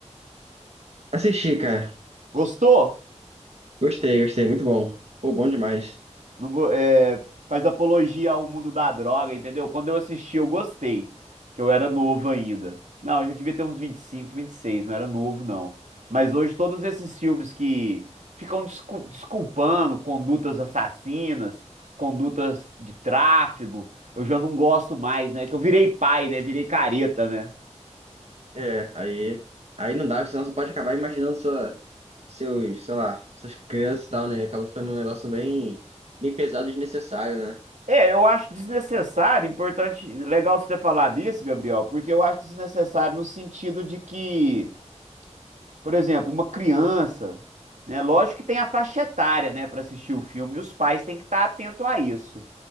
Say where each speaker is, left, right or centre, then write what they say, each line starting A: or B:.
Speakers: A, on the right; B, on the right.
A: Assisti, cara.
B: Gostou?
A: Gostei, gostei, muito bom. Pô, bom demais.
B: Não, go- é, faz apologia ao mundo da droga, entendeu? Quando eu assisti, eu gostei, que eu era novo ainda. Não, eu já devia ter uns vinte vinte e cinco, vinte e seis, não era novo, não. Mas hoje todos esses filmes que ficam descu- desculpando condutas assassinas, condutas de tráfego, eu já não gosto mais, né? Que eu virei pai, né? Virei careta, né?
A: É, aí, aí não dá, porque senão você pode acabar imaginando sua, seus, sei lá, suas crianças e tal, né? Acaba ficando um negócio bem, bem pesado e desnecessário, né?
B: É, eu acho desnecessário, importante, legal você ter falado isso, Gabriel, porque eu acho desnecessário no sentido de que Por exemplo, uma criança, né? Lógico que tem a faixa etária, né, para assistir o filme, e os pais têm que estar atentos a isso.